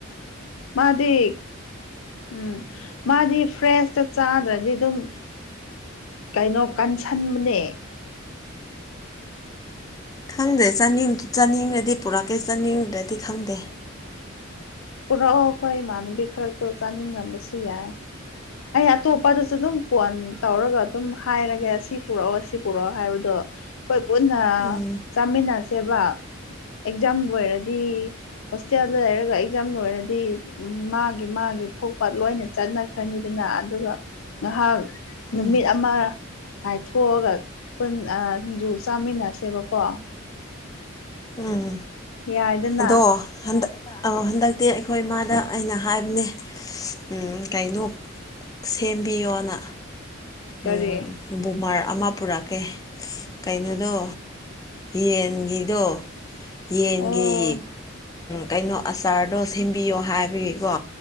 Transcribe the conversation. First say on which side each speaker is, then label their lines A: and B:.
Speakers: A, on the left; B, on the left.
A: ꯃꯥꯗꯤ ꯎꯝ ꯃꯥꯗꯤ ꯐ꯭ꯔꯦꯁ ꯍ ꯆ ꯆꯥꯗ꯭ꯔꯗꯤ ꯑꯗꯨꯝ ꯀꯩꯅꯣ ꯀꯟꯁꯟꯕꯅꯦ
B: ꯈꯪꯗꯦꯅꯤꯡ ꯆꯥꯅꯤꯡꯗꯗꯤ ꯄꯨꯔꯛꯀꯦ ꯆꯥꯅꯤꯡꯗꯗꯤ ꯈꯪꯗꯦ
A: ꯄꯨꯔꯛꯑꯣ ꯑꯩꯈꯣꯏ ꯏꯃꯥꯟꯅꯕꯤ ꯈꯔꯛꯇꯣ ꯆꯥꯅꯤꯡꯉꯝꯕꯁꯨ ꯌꯥꯏ ꯑꯩ ꯑꯇꯣꯞꯄꯗꯁꯨ ꯑꯗꯨꯝ ꯐꯣꯟ ꯇꯧꯔꯒ ꯑꯗꯨꯝ ꯍꯥꯏꯔꯒꯦ ꯁꯤ ꯄꯨꯔꯛꯑꯣ ꯁꯤ ꯄꯨꯔꯛꯑꯣ ꯍꯥꯏꯕꯗꯣ ꯑꯩꯈꯣꯏ ꯄꯨꯟꯅ
B: ꯎꯝ
A: ꯆꯥꯃꯤꯟꯅꯁꯦꯕ ꯑꯦꯛꯖꯥꯝ ꯂꯣꯏꯔꯗꯤ ꯍꯣꯁꯇꯦꯜꯗ ꯂꯩꯔꯒ ꯑꯦꯛꯖꯥꯝ ꯂꯣꯏꯔꯗꯤ ꯃꯥꯒꯤ ꯃꯥꯒꯤ ꯊꯣꯛ ꯄꯠ ꯂꯣꯏꯅ ꯆꯠꯅꯈ꯭ꯔꯅꯤꯗꯅ ꯑꯗꯨꯒ ꯉꯥꯏꯍꯥꯛ ꯅꯨꯃꯤꯠ
B: ꯎꯝ
A: ꯑꯃ ꯀꯥꯏꯊꯣꯛꯑꯒ ꯄꯨ ꯁꯤꯡꯖꯨ ꯆꯥꯃꯤꯟꯅꯁꯦꯕꯀꯣ
B: ꯎꯝ
A: ꯌꯥꯏꯗꯅ
B: ꯑꯗꯣ ꯍꯟꯗꯛ ꯑ ꯍꯟꯗꯛ ꯅꯠꯇꯦ ꯑꯩꯈꯣꯏ ꯏꯃꯥꯗ ꯑꯩꯅ ꯍꯥꯏꯕꯅꯦ ꯎꯝ ꯀꯩꯅꯣ ꯁꯦꯝꯕꯤꯌꯣꯅ
A: ꯀꯔꯤ
B: ꯎꯝ ꯕꯃꯥꯔꯥ ꯑꯃ ꯄꯨꯔꯛꯀꯦ ꯀꯩꯅꯣꯗꯣ ꯌꯦꯟꯒꯤꯗꯣ ꯌꯦꯟꯒꯤ
A: ꯑꯣ
B: ꯀꯩꯅꯣ ꯑꯆꯥꯔꯗꯣ ꯁꯦꯝꯕꯤꯌꯣ ꯍꯥꯏꯕꯒꯤꯀꯣ